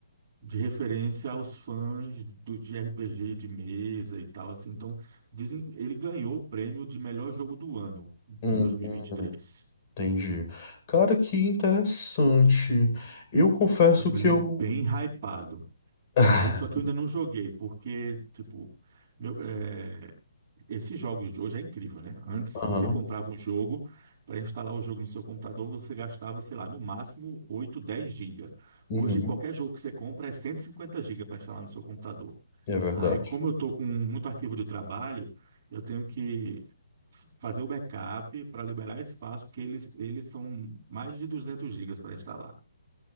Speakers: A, on the right; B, on the left.
A: de referência aos fãs do, de RPG de mesa e tal, assim. Então, dizem, ele ganhou o prêmio de melhor jogo do ano
B: Uhum.
A: de 2023.
B: Entendi. Cara, que interessante. Eu confesso
A: Então,
B: que
A: ele
B: eu.
A: é bem hypado.
B: <laughs>
A: Aí, só que eu ainda não joguei, porque, tipo, meu, é, Esses jogos de hoje é incrível, né? Antes
B: Aham.
A: você comprava um jogo, para instalar o jogo no seu computador, você gastava, sei lá, no máximo 8, 10 gigas. Hoje,
B: Uhum.
A: qualquer jogo que você compra é 150 gigas para instalar no seu computador.
B: É verdade.
A: Aí, como eu estou com muito arquivo de trabalho, eu tenho que f- fazer o backup para liberar espaço, porque eles, eles são mais de duzentos gigas para instalar.